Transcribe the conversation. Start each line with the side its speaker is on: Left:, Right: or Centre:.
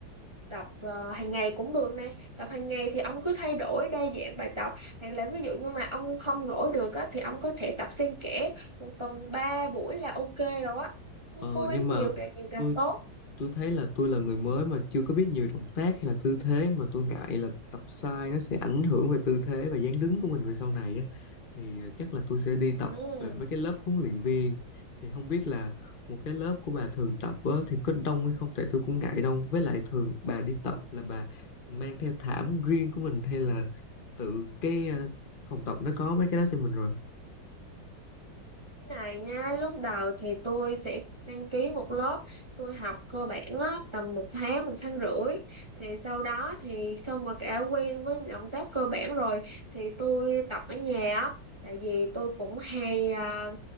Right: tập ờ, hàng ngày cũng được nè tập hàng ngày thì ông cứ thay đổi đa dạng bài tập hoặc là ví dụ như mà ông không rỗi được á thì ông có thể tập xen kẽ một tuần ba buổi là ok rồi á cứ
Left: Ờ
Right: cố gắng
Left: nhưng mà
Right: nhiều càng nhiều càng
Left: tôi
Right: tốt
Left: tôi thấy là tôi là người mới mà chưa có biết nhiều động tác hay là tư thế mà tôi ngại là tập sai nó sẽ ảnh hưởng về tư thế và dáng đứng của mình về sau này á thì ờ, chắc là tôi sẽ đi tập
Right: ừ.
Left: về mấy cái lớp huấn luyện viên thì không biết là một cái lớp của bà thường tập á, thì có đông hay không tại tôi cũng ngại đông với lại thường bà đi tập là bà mang theo thảm riêng của mình hay là tự cái ờ, phòng tập nó có mấy cái đó cho mình rồi
Right: này nha lúc đầu thì tôi sẽ đăng ký một lớp tôi học cơ bản á, tầm một tháng một tháng rưỡi thì sau đó thì sau mà đã quen với động tác cơ bản rồi thì tôi tập ở nhà á tại vì tôi cũng hay à,